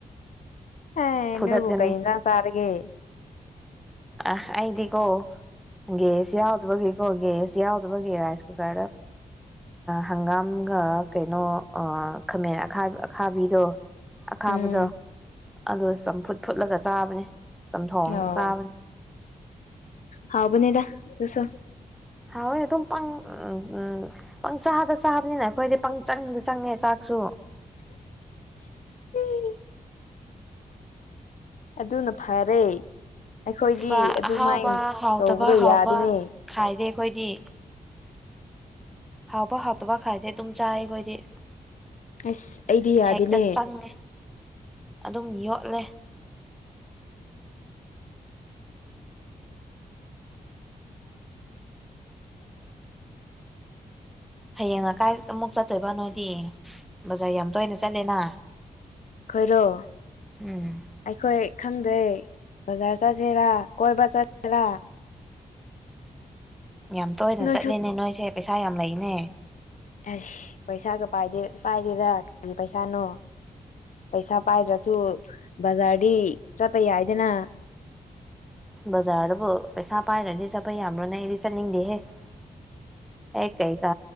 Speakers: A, on the left; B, in the centre.
A: ꯑꯦ
B: ꯐꯨꯗꯠꯀꯅꯤ
A: ꯅꯣꯢꯕꯨ ꯀꯩ ꯌꯦꯟꯁꯥꯡ ꯆꯥꯔꯒꯦ
B: ꯑꯥ ꯑꯩꯗꯤꯒꯣ ꯒꯦꯁ ꯌꯥꯎꯗꯕꯒꯤꯀꯣ ꯒꯦꯁ ꯌꯥꯎꯗꯕꯒꯤ ꯔꯥꯏꯁꯀꯨꯀꯥꯔꯗ ꯍꯪꯒꯥꯝꯒ ꯀꯩꯅꯣ ꯈꯥꯃꯦꯟ ꯑꯈꯥ ꯑꯈꯥꯕꯤꯗꯣ ꯑꯈꯥꯕꯗꯣ
A: ꯎꯝ
B: ꯑꯗꯨ ꯆꯝꯐꯨꯠ ꯐꯨꯠꯂꯒ ꯆꯥꯕꯅꯦ ꯆꯝꯊꯣꯡ
A: ꯑꯣ
B: ꯆꯥꯕꯅꯦ
A: ꯍꯥꯎꯕꯅꯦꯗ ꯑꯗꯨꯁꯨ
B: ꯍꯥꯎꯋꯦ ꯑꯗꯨꯝ ꯄꯪ ꯎꯝ ꯄꯪꯆꯥꯗ ꯆꯥꯕꯅꯤꯅ ꯑꯩꯈꯣꯏꯗꯤ ꯄꯪ ꯆꯪꯗ ꯆꯪꯉꯦ ꯆꯥꯛꯁꯨ
A: ꯎꯝ <unintelligible> ꯑꯗꯨꯅ ꯐꯔꯦ ꯑꯩꯈꯣꯏꯗꯤ
B: ꯆꯥꯛ
A: ꯑꯗꯨꯃꯥꯏꯅ
B: ꯑꯍꯥꯎꯕ ꯍꯥꯎꯇꯕ
A: ꯇꯧꯕꯗꯣ
B: ꯍꯥꯎꯕ
A: ꯌꯥꯗꯦꯅꯦ
B: ꯈꯥꯏꯗꯦ ꯑꯩꯈꯣꯏꯗꯤ ꯍꯥꯎꯕ ꯍꯥꯎꯇꯕ ꯈꯥꯏꯗꯦ ꯑꯗꯨꯝ ꯆꯥꯏ ꯑꯩꯈꯣꯏꯗꯤ
A: ꯑꯁ ꯑꯩꯗꯤ ꯌꯥꯗꯦꯅꯦ
B: ꯍꯦꯛꯇ ꯆꯪꯉꯦ ꯑꯗꯨꯝ ꯌꯣꯠꯂꯦ ꯍꯌꯦꯡ ꯀꯥꯏ ꯑꯃꯨꯛ ꯆꯠꯇꯣꯏꯕ ꯅꯣꯏꯗꯤ ꯕꯖꯥꯔ ꯌꯥꯝ ꯇꯣꯏꯅ ꯆꯠꯂꯦꯅ
A: ꯑꯈꯣꯢꯔꯣ
B: ꯎꯝ
A: ꯑꯩꯈꯣꯏ ꯈꯪꯗꯦ ꯕꯖꯥꯔ ꯆꯠꯁꯤꯔꯥ ꯀꯣꯏꯕ ꯆꯠꯁꯤꯔꯥ
B: ꯌꯥꯝ ꯇꯣꯏꯅ
A: ꯅꯣꯏꯁꯨ
B: ꯆꯠꯂꯦꯅꯦ ꯅꯣꯏꯁꯦ ꯄꯩꯁꯥ ꯌꯥꯝ ꯂꯩꯅꯦ
A: ꯑꯁ ꯄꯩꯁꯥꯒ ꯄꯥꯏꯗꯦ ꯄꯥꯏꯗꯦꯗ ꯀꯔꯤ ꯄꯩꯁꯥꯅꯣ ꯄꯩꯁꯥ ꯄꯥꯏꯗ꯭ꯔꯁꯨ ꯕꯖꯥꯔꯗꯤ ꯆꯠꯄ ꯌꯥꯏꯗꯅ
B: ꯑꯁ ꯖꯥꯔꯖꯕꯨ ꯄꯩꯁꯥ ꯄꯥꯏꯗ꯭ꯔꯗꯤ ꯆꯠꯄ ꯌꯥꯕ꯭ꯔꯣꯅꯦ ꯑꯩꯗꯤ ꯆꯠꯅꯤꯡꯗꯦꯍꯦ ꯑꯩ ꯀꯩ ꯒꯥ